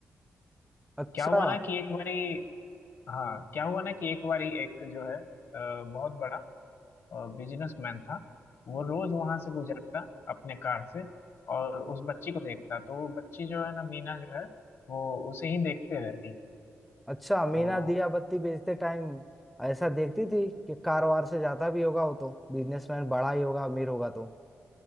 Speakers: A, in the centre; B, on the left (about 60°).
A: अच्छा
B: क्या हुआ ना कि एक बारी हाँ क्या हुआ ना कि एक बारी एक जो है अ, बहुत बड़ा बिजनेसमैन था वो रोज वहां से गुजरता अपने कार से और उस बच्ची को देखता तो वो बच्ची जो है ना मीना जो है वो उसे ही देखते रहती
A: अच्छा मीना
B: तो
A: दिया बत्ती बेचते टाइम ऐसा देखती थी कि कारोबार से ज्यादा भी होगा वो तो बिजनेसमैन बड़ा ही होगा अमीर होगा तो